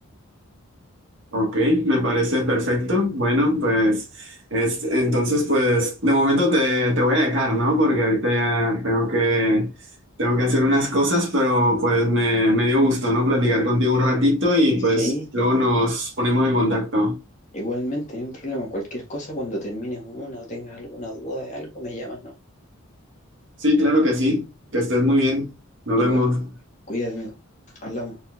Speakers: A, on the right (about 55°); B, on the left (about 35°).
A: Ok, me parece perfecto. Bueno, pues es- entonces pues de momento te, te voy a dejar, ¿no? Porque ahorita ya tengo que, tengo que hacer unas cosas, pero pues me, me dio gusto, ¿no? Platicar contigo un ratito y pues
B: Sí,
A: luego nos ponemos en contacto.
B: Igualmente, no hay un problema. Cualquier cosa, cuando termines una o tengas alguna duda de algo, me llamas, no.
A: Sí, claro que sí. Que estés muy bien. Nos
B: Igual,
A: vemos.
B: cuídate, amigo. Hablamos.